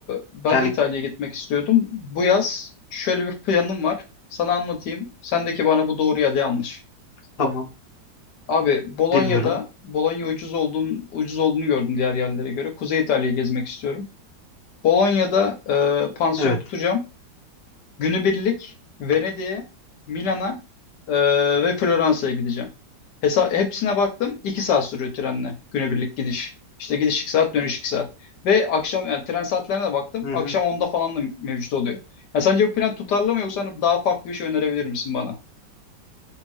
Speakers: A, on the left (about 70°); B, on the left (about 45°).
A: ben
B: Yani
A: de İtalya'ya gitmek istiyordum. Bu yaz şöyle bir planım var. Sana anlatayım. Sen ki bana bu doğru ya da yanlış.
B: tamam
A: Abi Bolonya'da
B: dinliyorum.
A: Bolonya ucuz olduğunu, ucuz olduğunu gördüm diğer yerlere göre. Kuzey İtalya'yı gezmek istiyorum. Bolonya'da e, pansiyon
B: Evet.
A: tutacağım. Günübirlik Venedik'e, Milan'a e, ve Floransa'ya gideceğim. Hesa hepsine baktım. iki saat sürüyor trenle günübirlik gidiş. İşte gidiş 2 saat, dönüş iki saat. Ve akşam yani tren saatlerine de baktım.
B: Hı hı.
A: Akşam onda falan da mevcut oluyor. Ya sence bu plan tutarlı mı yoksa hani daha farklı bir şey önerebilir misin bana?